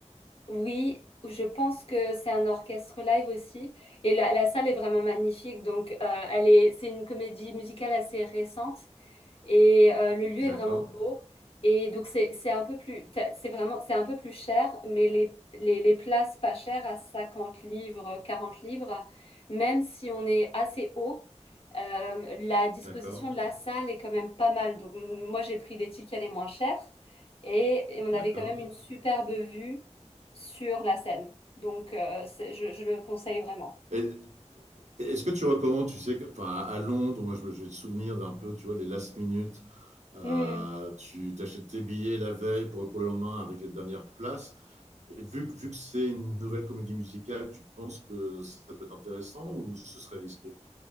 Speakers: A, on the left; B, on the right.
A: Oui, je pense que c'est un orchestre live aussi, et la, la salle est vraiment magnifique. Donc, euh, elle est, c'est une comédie musicale assez récente Et euh, le lieu est
B: D'accord,
A: vraiment beau. Et donc c'est c'est un peu plus t'as- c'est vraiment c'est un peu plus cher, mais les les, les places pas chères à 50 livres, 40 livres, même si on est assez haut, euh, la disposition
B: d'accord,
A: de la salle est quand même pas mal. Donc m- moi j'ai pris les tickets les moins chers et, et on avait
B: d'accord.
A: quand même une superbe vue sur la Seine. Donc euh, c'est- je, je le conseille vraiment.
B: Et, et est-ce que tu recommandes, tu sais, que- enfin, à à Londres, moi je me- j'ai le souvenir d'un peu, tu vois, les last minutes, euh,
A: Mmh.
B: tu t'achètes tes billets la veille pour, pour le lendemain avec les dernières places. Et vu, que- vu que c'est une nouvelle comédie musicale, tu penses que ça peut être intéressant ou ce serait risqué?